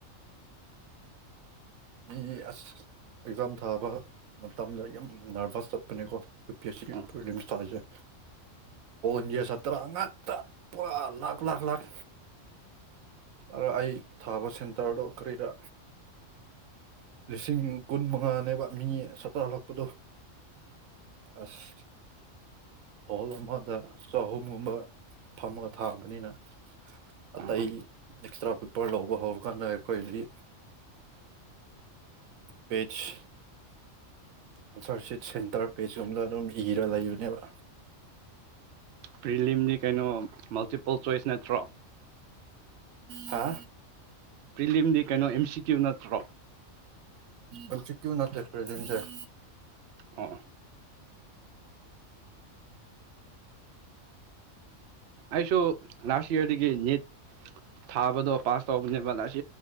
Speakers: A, on the right; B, on the right.
A: ꯏ ꯑꯁ ꯑꯦꯖꯝ ꯊꯥꯕ ꯃꯇꯝꯗ ꯌꯥꯝ ꯅꯔꯚꯁ ꯆꯠꯄꯅꯦꯀꯣ ꯌꯨ ꯄꯤ ꯑꯦꯁ ꯁꯤꯒꯤ
B: ꯎꯝ
A: ꯄ꯭ꯔꯤꯂꯤꯝꯁ ꯊꯥꯔꯤꯁꯦ ꯟꯁꯦ ꯁꯇꯔ ꯉꯥꯛꯇ ꯄꯨꯔꯥ ꯂꯥꯥꯛ ꯂꯥꯥꯛ ꯂꯥꯥꯛ ꯑ ꯑꯩ ꯊꯥꯕ ꯁꯦꯟꯇꯔꯗꯣ ꯀꯔꯤꯗ ꯂꯤꯁꯤꯡ ꯀꯨꯟ ꯃꯉꯥꯅꯦꯕ ꯃꯤ ꯆꯇꯥꯜꯂꯛꯄꯗꯣ ꯑꯁ ꯍꯣꯜ ꯑꯃꯗ ꯆꯍꯨꯝꯒꯨꯝꯕ ꯐꯝꯃꯒ ꯊꯥꯕꯅꯤꯅ
B: ꯎꯝ
A: ꯑꯇꯩ ꯑꯦꯛꯁꯇ꯭ꯔꯥ ꯄꯦꯄꯔ ꯂꯧꯕ ꯍꯧꯔꯀꯥꯟꯗ ꯑꯩꯈꯣꯏꯗꯤ ꯄꯦꯖ ꯑꯟꯁꯥꯔꯁꯤꯠ ꯁꯦꯟꯇꯔ ꯄꯦꯖꯀꯨꯝꯕꯗ ꯑꯗꯨꯝ ꯏꯔ ꯂꯩꯕꯅꯦꯕ
B: ꯄ꯭ꯔꯤꯂꯤꯝꯗꯤ ꯀꯩꯅꯣ ꯃꯜꯇꯤꯄꯜ ꯆꯣꯏꯁ ꯅꯠꯇ꯭ꯔꯣ
A: ꯍꯥ
B: ꯄ꯭ꯔꯤꯂꯤꯝꯗꯤ ꯀꯩꯅꯣ ꯑꯦꯝ ꯁꯤ ꯀ꯭ꯌꯨ ꯅꯠꯇ꯭ꯔꯣ
A: ꯑ ꯆ ꯀꯨ ꯅꯠꯇ ꯄꯦꯖꯦꯟꯦ ꯎꯝ
B: ꯑꯣ ꯑꯁꯣ ꯂꯥꯁ ꯌꯦꯔꯗꯤꯗꯒꯤ ꯅꯅꯤꯠ ꯊꯥꯕꯗꯣ ꯄꯥꯁ ꯇꯧꯕꯅꯦꯕ ꯂꯁꯤ